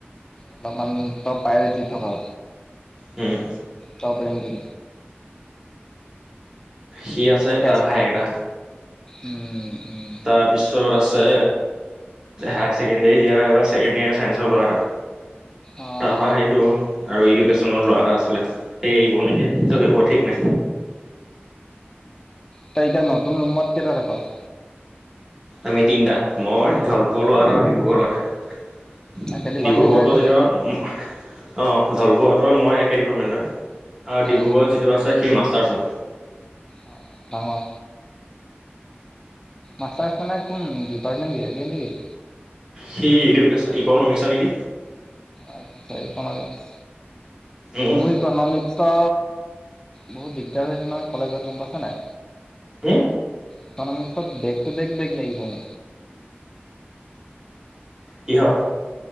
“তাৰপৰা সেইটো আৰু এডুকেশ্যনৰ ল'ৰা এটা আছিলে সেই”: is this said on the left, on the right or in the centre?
Right